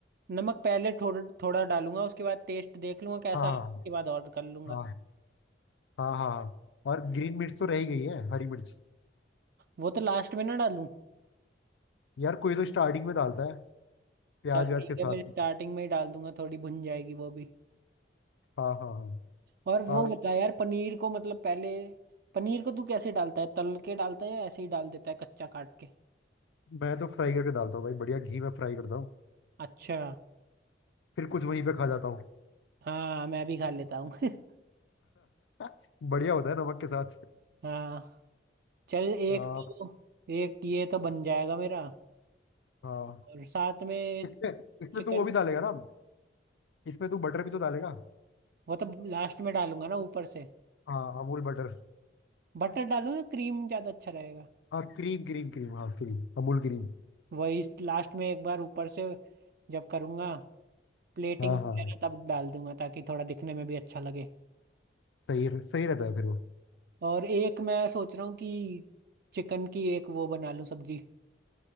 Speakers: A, on the right (about 60°); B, on the left (about 90°).
A: नमक पहले थोड़ा थोड़ा डालूंगा उसके बाद टेस्ट देख लूंगा कैसा
B: हाँ
A: है उसके बाद और कर लूंगा
B: हाँ हाँ हाँ हाँ हाँ, और ग्रीन मिर्च तो रह ही गई है हरी मिर्च
A: वो तो लास्ट में ना डालूं
B: यार कोई तो स्टार्टिंग में डालता है प्याज
A: चल
B: व्याज
A: ठीक
B: के साथ
A: है मैं स्टार्टिंग में ही डाल दूंगा थोड़ी भुन जाएगी वो भी
B: हाँ हाँ हाँ
A: और वो
B: और
A: बता यार पनीर को मतलब पहले पनीर को तू कैसे डालता है तल के डालता है या ऐसे ही डाल देता है कच्चा काट के
B: मैं तो फ्राई करके डालता हूँ भाई बढ़िया घी में फ्राई करता हूँ
A: अच्छा
B: फिर कुछ वहीं पे खा जाता हूँ
A: हाँ मैं भी खा लेता हूँ <laughs>
B: <laughs> बढ़िया होता है नमक के साथ
A: हाँ चल एक
B: आ,
A: तो एक ये तो बन जाएगा मेरा
B: हाँ
A: और साथ में
B: इसमें इसमें
A: चिकन
B: तू वो भी डालेगा ना इसमें तू बटर भी तो डालेगा
A: वो तो लास्ट में डालूंगा ना ऊपर से
B: हाँ अमूल बटर
A: बटर डालूं या क्रीम ज्यादा अच्छा रहेगा
B: हाँ क्रीम क्रीम क्रीम हाँ क्रीम अमूल क्रीम
A: वही लास्ट में एक बार ऊपर से जब करूंगा प्लेटिंग
B: हाँ
A: वगैरह
B: हाँ हाँ
A: तब डाल दूंगा ताकि थोड़ा दिखने में भी अच्छा लगे
B: सही सही रहता है फिर वो
A: और एक मैं सोच रहा हूँ कि चिकन की एक वो बना लूं सब्जी